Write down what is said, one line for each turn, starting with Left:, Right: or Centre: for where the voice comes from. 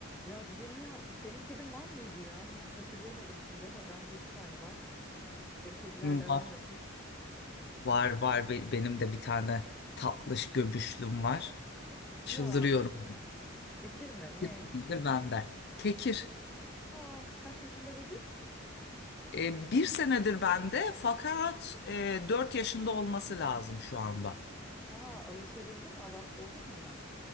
Centre: Ya Dünya senin kedin var mıydı ya? Hiç hatırlayamadım şimdi ama bende iki tane var. Senin kedilerle
Left: Var
Centre: aran nasıl?
Left: var var Be- benim de bir tane tatlış göbüşlüm var. Çıldırıyorum.
Centre: Ya tekir mi? Ne?
Left: Bir senedir bende. Tekir.
Centre: Ah kaç yaşında dedin?
Left: E, bir senedir bende fakat e, 4 yaşında olması lazım şu anda.
Centre: Ha alışabildim mi? Adapte oldu mu hemen?